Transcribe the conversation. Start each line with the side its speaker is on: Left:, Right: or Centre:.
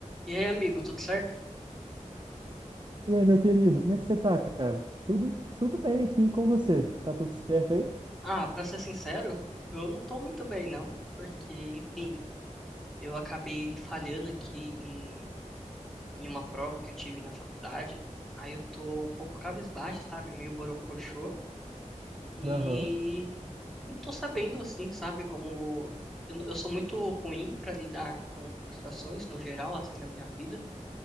Centre: E aí, amigo, tudo certo?
Right: E aí, meu querido, como é que você tá, cara? Tudo, tudo bem aqui com você? Tá tudo certo aí?
Centre: Ah, pra ser sincero, eu não tô muito bem, não, porque, enfim, eu acabei falhando aqui em, em uma prova que eu tive na faculdade. Aí eu tô um pouco cabisbaixo, sabe? Meio borocochô. E
Right: Aham,
Centre: não tô sabendo, assim, sabe? Como eu, não- eu sou muito ruim pra lidar com frustrações no geral, assim, na minha vida.